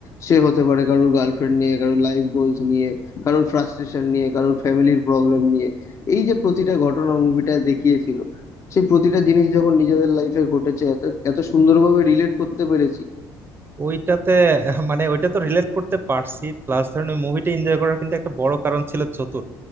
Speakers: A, on the left (about 40°); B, on the right (about 30°).
A: সে হতে পারে কারোর গার্লফ্রেন্ড নিয়ে কারোর লাইফ গোলস নিয়ে কারোর ফ্রাস্ট্রেশন নিয়ে কারোর ফ্যামিলির প্রবলেম নিয়ে এই যে প্রতিটা ঘটনা মুভিটায় দেখিয়েছিল সেই প্রতিটা জিনিস যখন নিজেদের লাইফে ঘটেছে এত এত সুন্দরভাবে রিলেট করতে পেরেছি
B: ওইটাতে মানে ওইটা তো রিলেট করতে পারছি প্লাস ধরেন ওই মুভিটা এনজয় করার কিন্তু একটা বড় কারণ ছিল চতুর